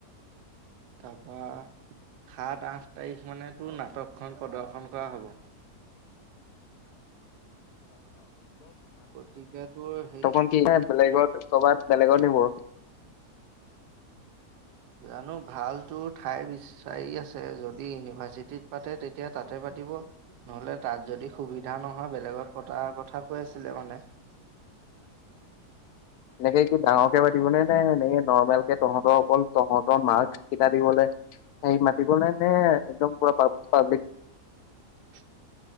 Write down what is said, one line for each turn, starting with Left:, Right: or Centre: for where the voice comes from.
Right: তাৰপা সাত-আঠ তাৰিখ মানেতো নাটকখন প্ৰদৰ্শন কৰা হ'ব। গতিকে তোৰ হেৰি
Left: তপন কিবা বেলেগত কৰবাত বেলেগত নিব।
Right: জানো ভালতো ঠাই বিচাৰি আছে যদি ইউনিভাৰ্চিটিত পাতে তেতিয়া তাতে পাতি পাতিব। নহলে তাত যদি সুবিধা নহয় বেলেগত পতাৰ কথা কৈ আছিলে মানে <inaudible>
Left: এনেকে কি ডাঙৰকে পাতিব নে নে এনেক নৰ্মেল কে তহঁতৰ অকল তহঁতৰ মাস্ কেইটা দিবলৈ হেৰি মাতিব ন নে একদম পুৰা পাব্লিক
Right: <inaudible>